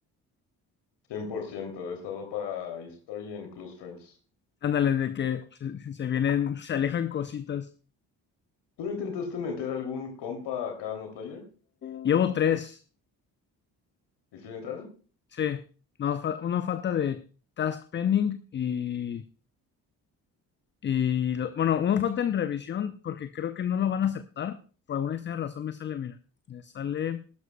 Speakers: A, on the left; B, on the left.
A: cien por ciento. va para Historia en Close Friends.
B: Ándale, de que se, se vienen, se alejan cositas.
A: ¿Tú no intentaste meter algún compa a cada uno player?
B: Llevo tres,
A: ¿Y si le entraron?
B: sí. No, fa- uno falta de task pending y, y lo- bueno, uno falta en revisión porque creo que no lo van a aceptar. Por alguna extraña razón me sale, mira, me sale...